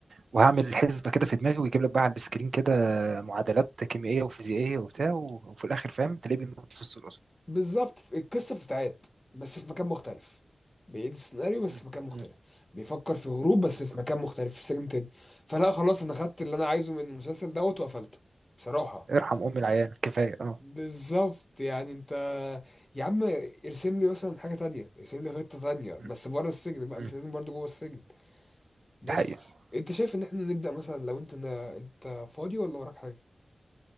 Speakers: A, on the right; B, on the left.
A: وهعمل حسبه كده في دماغي ويجيب لك بقى على السكرين كده معادلات كيميائيه وفيزيائيه وبتاع و- وفي الاخر فاهم تلاقيه بينط السور اصلا
B: بالظبط القصه بتتعاد بس في مكان مختلف بيعيد السيناريو بس
A: مم.
B: في مكان مختلف
A: مم.
B: بيفكر في هروب بس
A: بالظبط
B: في مكان مختلف في سجن تاني فلا خلاص انا خدت اللي انا عايزه من المسلسل دوت وقفلته بصراحه
A: ارحم ام العيان كفايه اه
B: بالظبط يعني انت يا عم ارسم لي مثلا حاجه تانية ارسم لي خطه تانية بس
A: مم.
B: بره السجن بقى
A: مم.
B: مش لازم برضه جوه السجن بس
A: دي حقيقه
B: انت شايف ان احنا نبدا مثلا لو انت انت فاضي ولا وراك حاجه